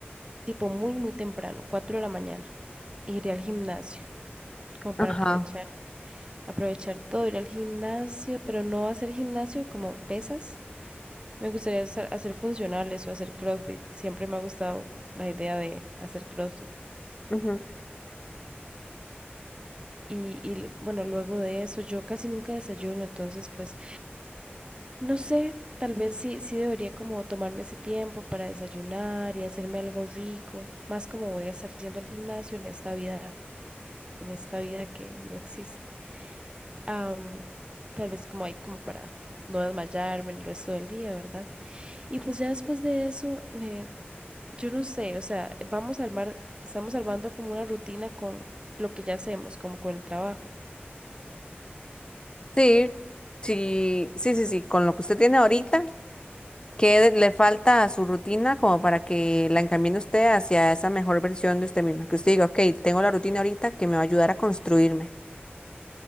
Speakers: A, on the right; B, on the left.
A: tipo muy, muy temprano, 4 de la mañana. Iría al gimnasio, como
B: Ajá.
A: para aprovechar, aprovechar todo, ir al gimnasio, pero no hacer gimnasio como pesas. Me gustaría hacer, hacer funcionales o hacer CrossFit. Siempre me ha gustado la idea de hacer CrossFit.
B: Ujú.
A: Y, y bueno, luego de eso, yo casi nunca desayuno, entonces pues no sé, tal vez sí, sí debería como tomarme ese tiempo para desayunar y hacerme algo rico, más como voy a estar yendo al gimnasio en esta vida, en esta vida que no existe. Am, tal vez como hay como para no desmayarme el resto del día, ¿verdad? Y pues ya después de eso, me, yo no sé, o sea, vamos a armar, estamos armando como una rutina con lo que ya hacemos, como con el trabajo.
B: Sí, sí, sí, sí, sí, con lo que usted tiene ahorita, ¿qué de- le falta a su rutina como para que la encamine usted hacia esa mejor versión de usted misma? Que usted diga, ok, tengo la rutina ahorita que me va a ayudar a construirme.